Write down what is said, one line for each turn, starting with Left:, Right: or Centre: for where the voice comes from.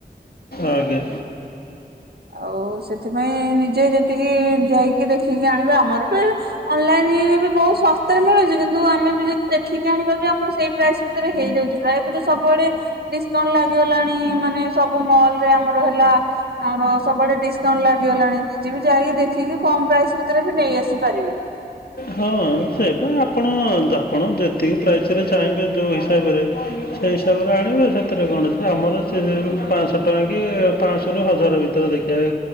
Left: ଆଜ୍ଞା।
Right: ଆଉ ସେଥିପାଇଁ ନିଜେ ଯେତିକି ଯାଇକି ଦେଖିକି ଆଣିବା ଆମର ବି ଅନ୍‌ଲାଇନିରେ ବି ବହୁତ ଶସ୍ତାରେ ମିଳୁଚି କିନ୍ତୁ ଆମେ ବି ଯଦି ଦେଖିକି ଆଣିବା ବି ଆମର ସେଇ ପ୍ରାଇସ୍ ଭିତରେ ହେଇଯାଉଚି ପ୍ରାୟ ବଧେ ସବୁଆଡେ ଡିସକାଉଣ୍ଟ ଲାଗିଗଲାଣି ମାନେ ସବୁ ମଲରେ ଆମର ହେଲା ଆମର ସବୁଆଡେ ଡିସକାଉଣ୍ଟ ଲାଗିଗଲାଣି ନିଜେବି ଯାଇଗି ଦେଖିକି କମ ପ୍ରାଇସ ଭିତେରେ ବି ନେଇ ଆସିପାରିବେ।
Left: ହଁ ସେ ବା ଆପଣ ଯାପଣ ଯେତିକି ପ୍ରାଇସ୍ରରେ ଚାହିଁବେ ଯୋଉ ହିସାବରେ ସେଇ ହିସାବରେ ଆଣିବେ ସେଥିରେ କଣ ସେ ଆମର ସେ ରେନ୍‌ ପାଆଁଶ ଟଙ୍କା କି ପାଆଁଶୁରୁ ହଜାର ଭିତ୍ ତ ଦେଖିଆ